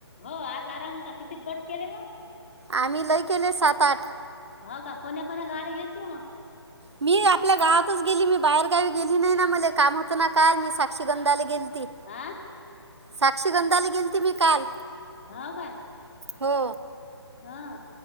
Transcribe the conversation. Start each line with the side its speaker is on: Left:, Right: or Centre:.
Left: हो आज आराम होता, किती गट केले मग?
Right: आम्ही लय केले सात आठ.
Left: हो का, कोण्या कोण्या गावी गेलती मग?
Right: मी आपल्या गावातच गेली, मी बाहेरगावी गेली नाही ना, मला काम होतं ना काल मी साक्षीगंधाला गेली ती
Left: आं?
Right: साक्षीगंधाला गेलते मी काल.
Left: हो का?
Right: हो.
Left: हा.